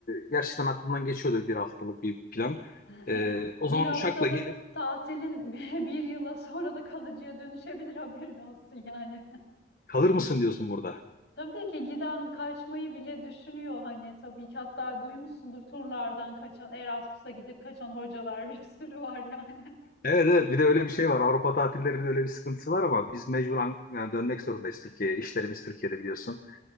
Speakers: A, on the left (about 50°); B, on the left (about 70°).
A: e, gerçekten aklımdan geçiyordu bir haftalık bir plan.
B: <laughs>
A: E, o
B: Bir
A: zaman
B: haftalık
A: uçakla gelip
B: tatilin <laughs> bir yıla sonra da kalıcıya dönüşebilir haberin olsun yani.
A: kalır mısın diyorsun burada.
B: Tabii ki giden kaçmayı bile düşünüyor hani tabii ki hatta duymuşsundur turlardan kaçan Erasmus'a gidip kaçan hocalar <laughs> bir sürü var yani.
A: Evet evet bir de öyle bir şey var. Avrupa tatillerinin öyle bir sıkıntısı var ama biz mecbur An- yani dönmek zorundayız Türkiye'ye. İşlerimiz Türkiye'de biliyorsun.